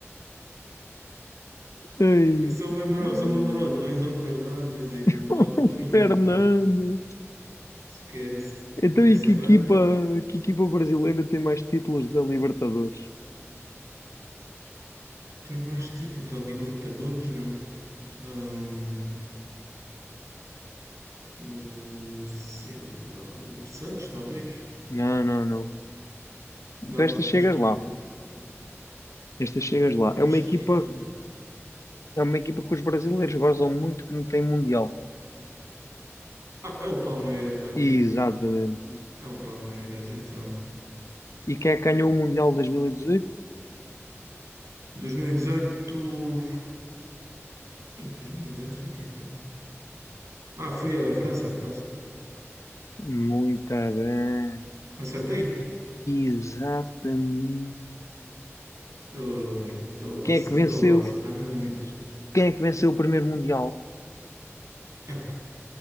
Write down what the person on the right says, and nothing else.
Eu só me lembrava,
só me lembrava do Enzo Fernandes e do
Acunha,
mano. Esquece.
Essa
agora
tem mais título da Libertadores, meu. Ahn, o, o, sei lá, o Santos, talvez.
Dá-me,
deixa-me
mais
títulos de...
Ah, é o Palmeiras, ok.
É o Palmeiras, então.
2018. Ei, 2018 foi quem, pô? Ah, foi a França, a França.
Acertei?
Oi, estou a passar,
estou a acertar muitas.
Ah,